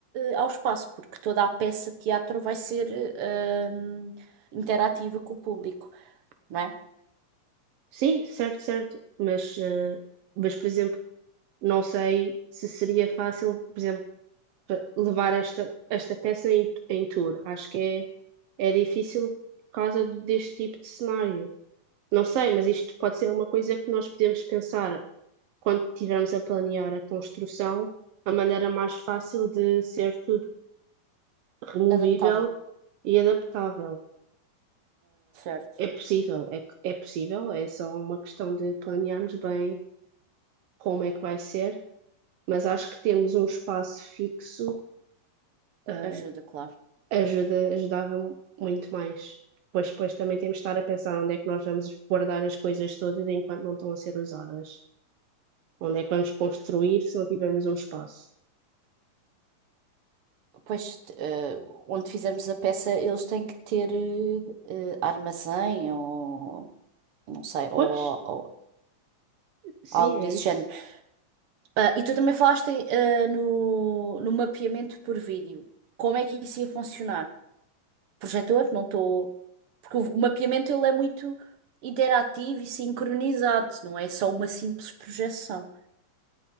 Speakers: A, on the right; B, on the right.
A: ah, ao espaço, porque toda a peça de teatro vai ser ah, interativa com o público, não é?
B: sim, certo, certo, mas, eh, mas por exemplo, não sei se seria fácil, por exemplo, pa- levar esta, esta peça em, em tour. Acho que é, é difícil por causa deste tipo de cenário. Não sei, mas isto pode ser uma coisa que nós podemos pensar quando estivermos a planear a construção, a maneira mais fácil de ser tudo removível
A: Adaptável,
B: e adaptável.
A: certo?
B: É possível, é, é possível, é só uma questão de planearmos bem como é que vai ser, mas acho que termos um espaço fixo, ah,
A: Ajuda, claro.
B: ajuda, ajudava muito mais. Pois, depois também temos de estar a pensar onde é que nós vamos guardar as coisas todas enquanto não estão a ser usadas. Onde é que vamos construir se não tivermos um espaço?
A: Pois, t- eh, onde fizermos a peça, eles têm que ter eh, eh, armazém ou não sei, ou,
B: Pois,
A: ou
B: sim,
A: algo
B: é
A: desse
B: isso.
A: género. Ah, e tu também falaste, ah, no, no mapeamento por vídeo. Como é que isso ia funcionar? Projetor? Não estou. Porque o o mapeamento ele é muito interativo e sincronizado, não é só uma simples projeção.